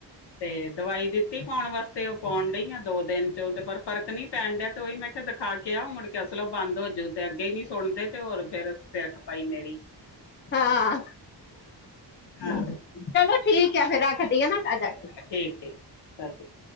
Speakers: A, on the left; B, on the left.
A: ਤੇ ਦਵਾਈ ਦਿੱਤੀ ਪੋਣ ਵਾਸਤੇ। ਓਹ ਪੋਣ ਡਈ ਆ ਦੋ ਦਿਨ ਚੋਂ ਤੇ ਪਰ ਫਰਕ ਨੀ ਪੈਣ ਡਿਆ ਤੇ ਓਹੀ ਮੈਂ ਕੈ ਦਿਖਾ ਕੇ ਆਓ, ਮੁੜ ਕੇ ਅਸਲੋ ਬੰਦ ਹੋਜੂ ਤੇ ਅੱਗੇ ਨੀ ਸੁਣਦੇ ਤੇ ਹੋਰ ਫੇਰ ਸੇਰਖਪਾਈ ਮੇਰੀ।
B: ਹਾਂ,
A: ਹਾਂ
B: ਚਲੋ ਠੀਕ ਹੈ, ਫੇਰ ਰੱਖਦੀ ਆ ਨਾ ਘਰ ਜਾ ਕੇ
A: ਠੀਕ-ਠੀਕ। ਸਾ ਸੀ